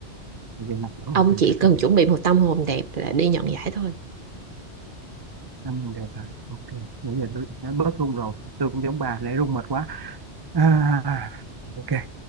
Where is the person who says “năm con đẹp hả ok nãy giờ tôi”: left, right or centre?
Right